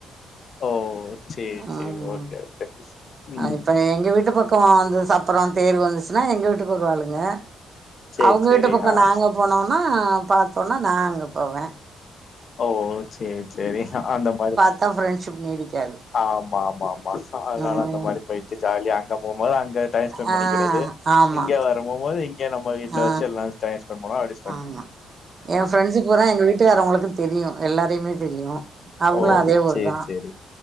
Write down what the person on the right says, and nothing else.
ம்
இப்ப எங்க வீட்டு பக்கோ வாந்தஸ் தப்பறொ தேர் வந்துச்சுனா எங்க வீட்டுக்கு வருவாளுங்க
அவுங்க
வீட்டு பக்க
நாங்க போனோனா பாத்தோன்னா நா அங்க போவே
அத்தா ஃப்ரெண்ட்ஷிப் நீடிக்காது
ம்
ஆ
ஆமா
ஆ
ஆமா எ ஃப்ரெண்ஸு பூரா எங்க வீட்டுக்காரவுங்களுக்கு தெரியு எல்லாரையுமே தெரியு அவுங்ளோ
அதே ஊர்
தா